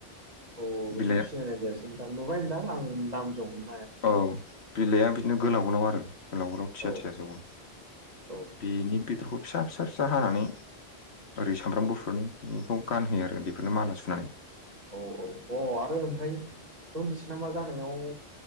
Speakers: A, on the right; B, on the left.
A: औ बेखौ
B: बेलाइआ
A: सिनायनाय नोंथां नुबाय नोंदां आं दाम जों हम-
B: औ बिलाइआ बिदिनो गोलाव‌ गोलाव आरो गोलाव गोलाव थिया
A: औ
B: थिया जौवो
A: औ
B: बेनि बेदरखौ फिसा फिसा फिसा हानानै ओरै सामब्राम गुफुरनि बेनिखौ गानहोयो आरो उन्दैफोरनो माला सुनानै
A: औ औ अ आरो ओमफ्राय जन्दिस नाबा जानायाव